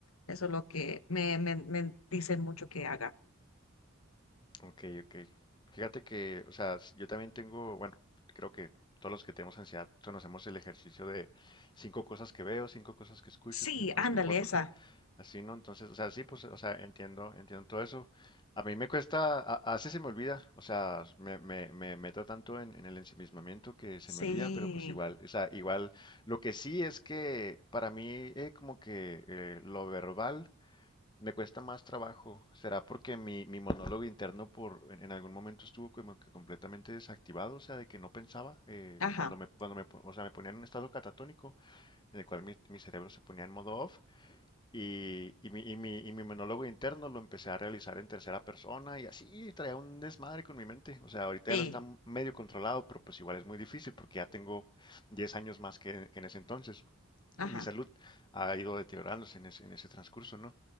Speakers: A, on the left; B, on the left.
A: Eso es lo que me, me, me dicen mucho que haga.
B: Ok, ok. Fíjate que, o sea, s- yo también tengo, bueno, creo que todos los que tenemos ansiedad conocemos el ejercicio de cinco cosas que veo, cinco cosas que escucho,
A: Sí,
B: cinco cosas
A: ándale,
B: que puedo tocar.
A: esa.
B: Así, ¿no? Entonces, o sea, sí, pues, o sea, entiendo, entiendo todo eso. A mí me cuesta, a, a veces se me olvida, o sea, me, me, me meto tanto en, en el ensimismamiento que se me
A: Sí,
B: olvida, pero pues igual, o sea, igual, lo que sí es que para mí eh, como que eh, lo verbal me cuesta más trabajo. ¿Será porque mi, mi monólogo interno por, en, en algún momento estuvo como que completamente desactivado, o sea, de que no pensaba, eh,
A: ajá,
B: cuando me, cuando me, po- o sea, me ponía en un estado catatónico, en el cual mi, mi cerebro se ponía en modo off? Y, y mi, y mi- y mi monólogo interno lo empecé a realizar en tercera persona y así traía un desmadre con mi mente. O sea, ahorita
A: sí,
B: ya lo está medio controlado, pero pues igual es muy difícil porque ya tengo 10 años más que que en ese entonces
A: ajá,
B: mi salud ha ido deteriorándose en ese, en ese transcurso, ¿no?